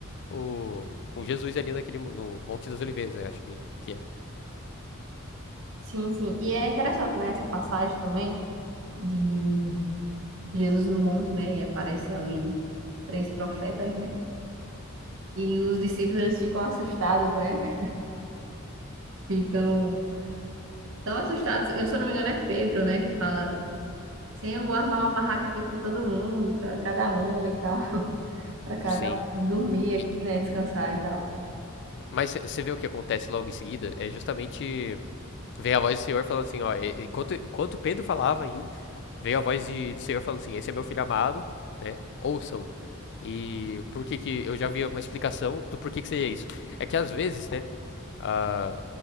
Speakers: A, on the left (about 55°); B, on the right (about 65°).
A: o com Jesus ali naquele no Monte das Oliveiras, né? Acho que que era.
B: Sim, sim. E é interessante, né, essa passagem também de Jesus no monte, né? E aparece ali três profetas, né? E os discípulos eles ficam assustados, né? Ficam Nossa, o status, eu, se eu não me engano, é Pedro, né, que fala. Sim, eu vou armar uma barraca aqui pra todo mundo, pra cada um e tal, <laughs> Pra cada
A: Sim.
B: um dormir aqui,
A: E-
B: né, descansar e tal.
A: mas você vê o que acontece logo em seguida? É justamente veio a voz do Senhor falando assim, ó, enquanto enquanto Pedro falava ainda, veio a voz de- do Senhor falando assim, esse é meu filho amado, né? Ouçam. E por que que eu já vi uma explicação do porquê que seria isso. É que às vezes, né, ah,